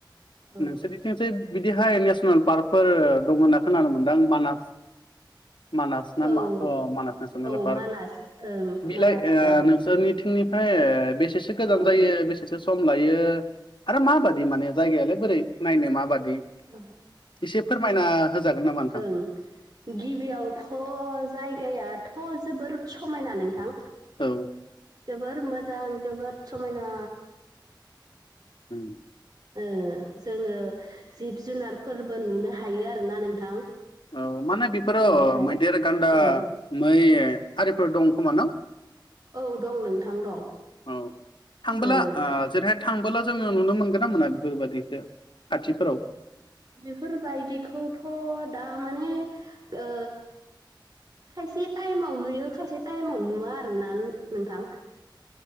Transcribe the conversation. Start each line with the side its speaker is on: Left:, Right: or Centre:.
Right: औ
Left: ओ <unintelligible> <unintelligible> बिदिहाय नेसनेल पार्कफोर दं होनना खोनानो <unintelligible> मानास मानास ना
Right: औ
Left: मा मानास नेसनेल
Right: औ
Left: पार्क
Right: मानास ओं
Left: बिलाय
Right: मानास दं
Left: ओ <unintelligible> <unintelligible> बेसेसो गोजान
Right: औ
Left: जायो बेसेसो सम लायो आरो माबादि माने जायगायालाय बोरै नायनो माबादि?
Right: उम
Left: एसे फोरमायना होजागोन नामा नोंथां?
Right: <unintelligible> गिबियावथ' जायगायाथ' जोबोर समायना नोंथां।
Left: औ।
Right: जोबोर मोजां जोबोर समायना।
Left: <unintelligible>
Right: ओ जोङो जिब जुनारफोरबो नुनो हायो आरोना नोंथां।
Left: औ माने बेफोरो
Right: बेहाय
Left: मैदेर गान्दा
Right: औ
Left: मै आरिफोर दं खोमा न'?
Right: औ दं नोंथां दं
Left: औ थांबोला
Right: ओं
Left: ओ जेरैहाय थांबोला जोङो नुनो मोनगोन ना मोना बेफोरबायादिखौ खाथिफोराव?
Right: बेफोरबायदिखौथ' द माने ओ खायसे टाइमाव नुयो खायसे टाइमावा नुवा आरोना नोंथां।